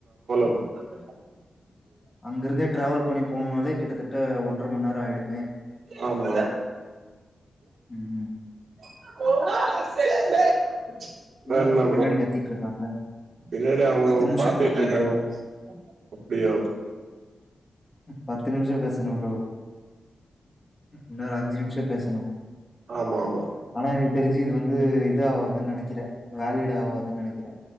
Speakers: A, on the right; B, on the left.
A: <unintelligible>
B: அங்கிருந்தே ட்ரேவல் பண்ணி போவும்போதே கிட்டத்தட்ட ஒன்றரை மணி நேரம் ஆயிடுமே
A: ஆமா
B: ம்
A: <unintelligible>
B: இன்னா
A: வேற
B: ப்ரோ
A: என்ன
B: பின்னாடி கத்திட்ருக்காங்க
A: பின்னாடி அவங்கோ
B: பத்து நிமிஷோ
A: பாத்துட்ருக்காங்க
B: பேசணு ப்ரோ
A: அப்டியா
B: பத்து நிமிஷம் பேசணும் ப்ரோ இன்னும் ஒரு அஞ்சு நிமிஷம் பேசணும்
A: ஆமா ஆமா
B: ஆனா எனக்கு தெரிஞ்சு இது வந்து இது ஆவாதுன்னு நெனைக்கிறே வேலிட் ஆவாதுன்னு நெனைக்கிறே